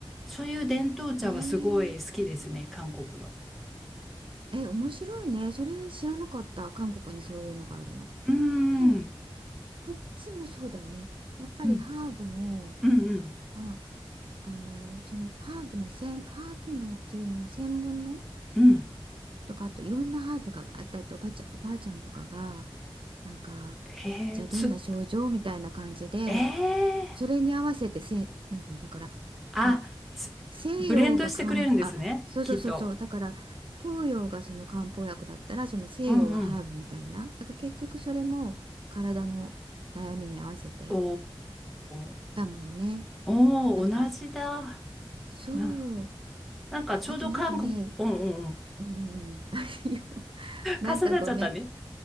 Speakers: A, in the centre; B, on the right.
A: そういう伝統茶はすごい好きですね、
B: あ、へえ、
A: 韓国の。
B: え、面白いね。それ知らなかった。韓国にそういうのがあるの。
A: うん、
B: でも、
A: うん、
B: こっちもそうだよね。やっぱりハーブの、
A: うん、うん、
B: まあ、あの、そのハーブのせん、ハーブのティーの専門の
A: うん。
B: とかあといろんなハーブがあったりとおばあちゃん、おばあちゃんとかがなんか
A: へえ、
B: じゃあどんな症状みたいな感じで
A: つ、ええ
B: それに合わせてせなんていうのだから
A: あ、
B: まあ
A: すブレンドしてくれるんですね、
B: 西洋が漢あそうそうそうそうだから東洋がその漢方薬だったらその西洋はハーブみたいなだから結局それも体の悩みに合わせて
A: きっと。うんうん。おー、
B: だもんね
A: おー、
B: あと
A: 同じだ。
B: そう
A: な、なんかちょうど韓国、
B: あとなんかね
A: うんうんうん。
B: うん <laughs> あれよ <laughs> なんかごめん
A: 重なっちゃったね。